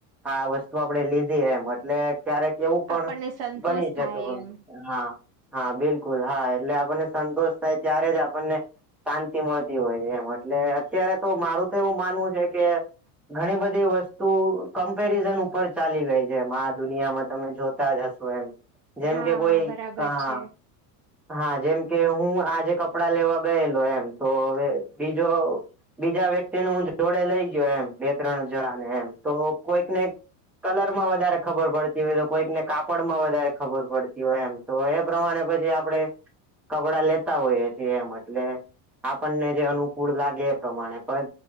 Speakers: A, in the centre; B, on the right.
A: આ વસ્તુ આપણેે લીધી એમ એટલે ક્યારેક એવું પણ
B: આપણને સંતોષ
A: બની જતું
B: થાય
A: હય.
B: એમ
A: હા હા બિલકુલ હા એટલે આપણને સંતોષ થાય ત્યારે જ આપણને શાંતિ મળતી હોય છે એમ એટલે અત્યારે તો મારું તો એવું માનવું છે કે ઘણી બધી વસ્ત, તું કમ્પેરિઝન ઉપર ચાલી ગઈ છે એમ આ દુનિયામાં તમે જોતા જ હશો એ જેમ
B: હા
A: કે કોઈ
B: બરાબર
A: હા.
B: છે
A: હા જેમ કે હું આજે કપડા લેવા ગયેલો એમ તો હવે બીજો બીજા વ્યક્તિ ન હું જોડે લઈ ગયો એમ બે ત્રણ જડા ને એમ તો કોઈકને કલર માં વધારે ખબર પડતી હોય તો કોઈકને કાપડમાં વધારે ખબર પડતી હોય એમ તો એ પ્રમાણે પછી આપણે કપડા લેતા હોઈએ છીએ એમ એટલે-' આપણને જે અનુકૂળ લાગે એ પ્રમાણે પણ